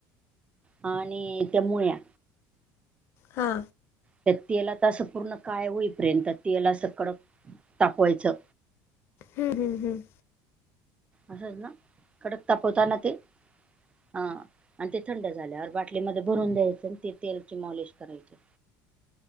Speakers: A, on the right (about 25°); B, on the left (about 55°).
A: आणि त्या मूळ्या.
B: हा.
A: त्या तेलात असं पूर्ण काळे हो हुईपर्यंत तेलं असं कडक तापवायचं.
B: हम्म हम् हम्म.
A: असंच ना कडक तापवताना ते हा, आणि ते थंड झाल्यावर बाटलीमध्ये भरून द्यायच, ते तेलंची मॉलिश करायची.